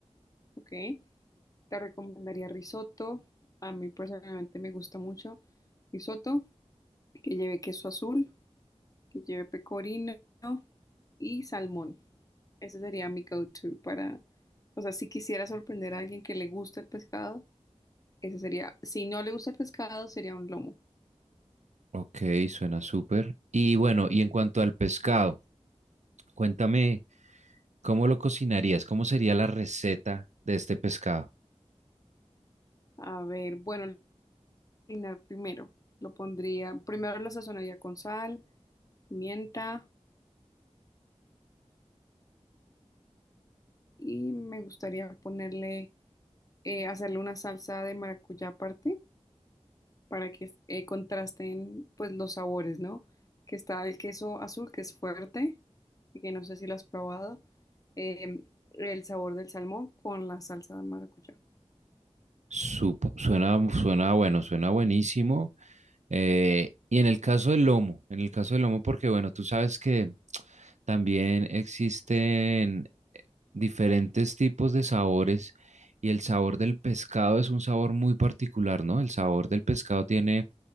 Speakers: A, on the left (about 30°); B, on the right (about 80°).
A: Ok. Te recomendaría risotto. A mí personalmente me gusta mucho risotto, que lleve queso azul, que lleve pecorino y salmón. Ese sería mi go-to para, o sea, si quisiera sorprender a alguien que le gusta el pescado. Ese sería, si no le gusta el pescado, sería un lomo.
B: Ok, suena súper. Y bueno, y en cuanto al pescado, cuéntame, ¿cómo lo cocinarías? ¿Cómo sería la receta de este pescado?
A: A ver, bueno, cocinar primero. Lo pondría, primero lo sazonaría con sal, pimienta y me gustaría ponerle, eh, hacerle una salsa de maracuyá aparte para que eh, contrasten pues los sabores, ¿no? Que está el queso azul, que es fuerte, y que no sé si lo has probado, eh, el sabor del salmón con la salsa de maracuyá.
B: Supo- suena, suena bueno, suena buenísimo. Eh, y en el caso del lomo, en el caso del lomo, porque bueno, tú sabes que también existen diferentes tipos de sabores y el sabor del pescado es un sabor muy particular, ¿no? El sabor del pescado tiene